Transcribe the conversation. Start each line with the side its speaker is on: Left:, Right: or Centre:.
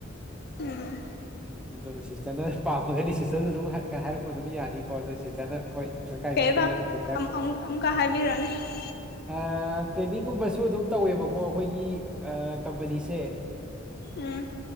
Left: ꯎꯝ
Centre: ꯑꯗꯨꯅ ꯁꯤꯁꯇꯔꯅ ꯄꯥꯝꯃꯒꯗꯤ ꯁꯤꯁꯇꯔꯁꯨ ꯑꯗꯨꯝ ꯍꯥꯏꯔꯛ ꯍꯥꯏꯔꯛꯄ ꯑꯗꯨꯝ ꯌꯥꯅꯤꯀꯣ ꯑꯗꯣ ꯁꯤꯁꯇꯔꯅ ꯍꯣꯏ ꯗꯀꯥꯏ
Left: ꯀꯩꯕ
Centre: ꯃꯇꯨꯡꯏꯟꯅ ꯇꯤꯆꯪꯪ
Left: ꯑꯝ ꯑꯝ ꯑꯃꯨꯛꯀ ꯍꯥꯏꯕꯤꯔꯛꯑꯣꯅꯦ
Centre: ꯑꯥ ꯇ꯭ꯔꯦꯟꯅꯤꯡꯒꯨꯝꯕꯁꯨ ꯑꯗꯨꯝ ꯇꯧꯋꯦꯕꯀꯣ ꯑꯩꯈꯣꯏꯒꯤ ꯑ ꯀꯝꯄꯅꯤꯁꯦ
Left: ꯎꯝ